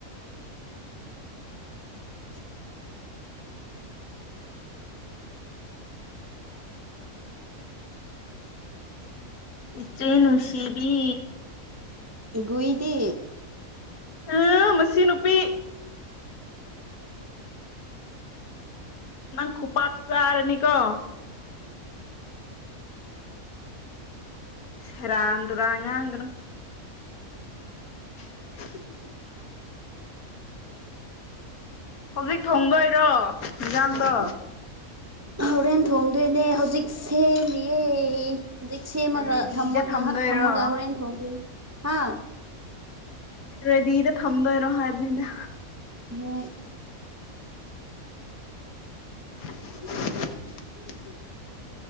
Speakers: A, on the right; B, on the left.
A: <unintelligible> <unintelligible>
B: ꯏꯆꯦ ꯅꯨꯡꯁꯤꯕꯤ
A: ꯏꯒꯨꯏꯗꯤ꯫
B: <unintelligible> ꯃꯁꯤ ꯅꯨꯄꯤ꯫ ꯅꯪ ꯈꯨꯄꯥꯛ ꯆꯔꯅꯤꯀꯣ꯫ ꯁꯦꯔꯥꯟ ꯇꯨꯔꯥꯟ ꯉꯥꯡꯒꯅꯨ꯫ <unintelligible> ꯍꯧꯖꯤꯛ ꯊꯣꯡꯗꯣꯏꯔꯣ ꯍꯤꯟꯖꯥꯡꯗꯣ꯫
A: ꯍꯣꯔꯦꯟ ꯊꯣꯡꯗꯣꯏꯅꯦ ꯍꯧꯖꯤꯛ ꯁꯦꯝꯃꯤꯌꯦ꯫ ꯍꯨꯖꯤꯛ ꯁꯦꯝꯃꯒ
B: ꯔꯦꯗꯤꯗ
A: ꯊꯝꯃꯒ
B: ꯊꯝꯗꯣꯏꯔꯣ
A: ꯉꯍꯛ ꯊꯝꯃꯒ ꯍꯣꯔꯦꯟ ꯊꯣꯡꯗꯣꯏꯅꯤ ꯍꯥꯥ
B: ꯔꯦꯗꯤꯗ ꯊꯝꯗꯣꯏꯔꯣ ꯍꯥꯏꯕꯅꯤꯗ꯫
A: ꯍꯣꯏ꯫
B: <unintelligible>